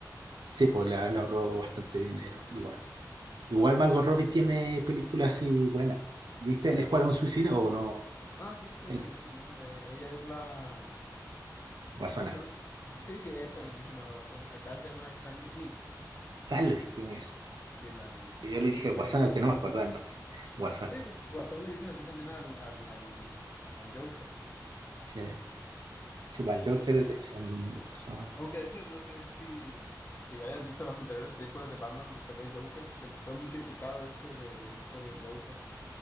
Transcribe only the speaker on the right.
sí, pues le, le ahorró bastante dinero igual.
Igual Margot Robbie tiene películas así buenas. ¿Viste El Escuadrón Suicida o no?
El-
Guasana.
Dale, ¿quién es esa?
Y
Yo le dije
Guasana, que no me acordaba el nombre. Guasana.
Sí. Sí,
para el Joker le dicen Guasón.